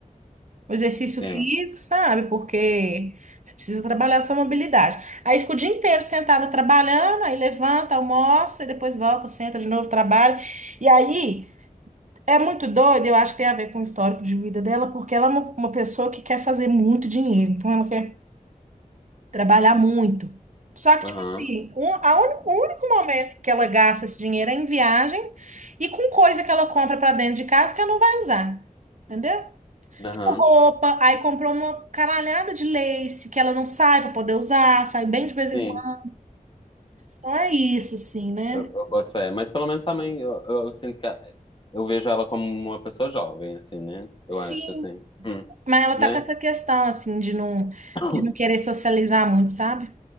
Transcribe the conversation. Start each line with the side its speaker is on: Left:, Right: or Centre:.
Right: o exercício
Left: sim.
Right: físico, sabe? Porque você precisa trabalhar a sua mobilidade. Aí fica o dia inteiro sentada trabalhando, aí levanta, almoça, e depois volta, senta de novo, trabalha. E aí é muito doido, eu acho que tem a ver com o histórico de vida dela, porque ela é uma, uma pessoa que quer fazer muito dinheiro, então ela quer trabalhar muito. Só que,
Left: Aham.
Right: tipo assim, um, a único, o único momento que ela gasta esse dinheiro é em viagem e com coisa que ela compra para dentro de casa que ela não vai usar. Entendeu?
Left: Aham.
Right: Tipo roupa, aí comprou uma caralhada de lace que ela não sai pra poder usar, sai bem de vez
Left: Sim.
Right: em quando. Então é isso, assim, né?
Left: Eu, eu boto fé. Mas pelo menos a mãe, eu, eu, eu sinto que a- eu vejo ela como uma pessoa jovem, assim, né? Eu
Right: Sim,
Left: acho, assim. Hum.
Right: mas ela tá
Left: Né?
Right: com essa questão, assim, de não,
Left: <coughs>
Right: de não querer socializar muito, sabe?